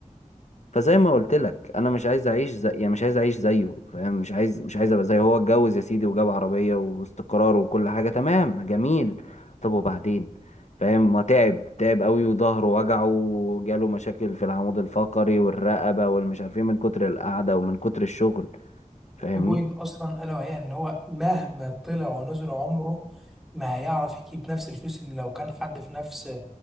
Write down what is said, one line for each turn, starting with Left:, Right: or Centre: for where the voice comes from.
Left: فزي ما قلت لك انا مش عايز اعيش زي يعني مش عايز اعيش زيه فاهم مش عايز مش عايز ابقى زيه هو اتجوز يا سيدي وجاب عربية واستقرار وكل حاجة تمام جميل طب وبعدين فاهم ما تعب تعب قوي وظهره وجعه وجاله مشاكل في العمود الفقري والرقبة والمش عارفين من كتر القعدة ومن كتر الشغل فاهمني
Centre: في بوينت اصلا الا وهي ان هو مهما طلع ونزل عمره ما هيعرف يجيب نفس الفلوس اللي لو كان حد في نفس